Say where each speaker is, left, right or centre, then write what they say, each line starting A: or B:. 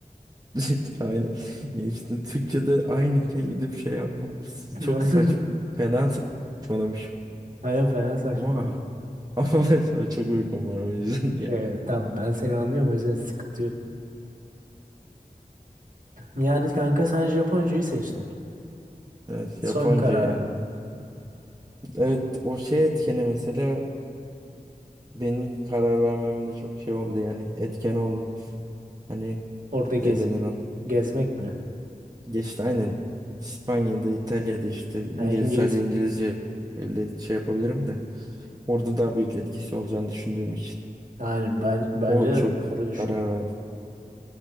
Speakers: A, on the right; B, on the right.
A: <laughs> Aynen. Ya işte Türkçe'de aynıyken gidip şey yapmam
B: <laughs>
A: çok saçma. Fena saçmalamışım.
B: Aynen fena saçmalıyor.
A: Ama <laughs> ama mesela çok uykum var o yüzden diye.
B: Evet tamam ben seni anlıyorum o yüzden sıkıntı yok. Yani kanka sen Japoncayı seçtin.
A: Evet
B: Son
A: Japonca
B: kararım.
A: ya. Evet o şey etkeni mesela benim karar vermemde çok şey oldu yani etken oldu. Hani
B: Orada gezip
A: ne denir onun?
B: gezmek mi?
A: Geçti aynen İspanya'da İtalya'da işte İngiliz
B: Yani İngilizce.
A: sadece İngilizce ile şey yapabilirim de orada daha büyük etkisi olacağını düşündüğüm için
B: Aynen ben bence
A: o çok
B: de doğru düşündün.
A: karar ver.